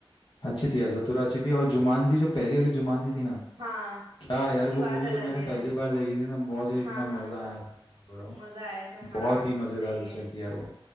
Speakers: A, on the left; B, on the right.
A: अच्छी थी यार जतुरा अच्छी थी और जुमानजी जो पहली वाली जुमानजी थी ना
B: हाँ
A: क्या यार
B: उसकी
A: वो
B: बात
A: मूवी
B: अलग
A: जब मैंने
B: है
A: पहली बार देखी थी ना मुझे
B: हाँ
A: इतना मजा
B: हाँ
A: आया था सही बोल रहा हूँ
B: मजा आया था
A: बहुत
B: हाँ
A: ही मजेदार
B: सही
A: पिक्चर
B: है
A: थी यार वो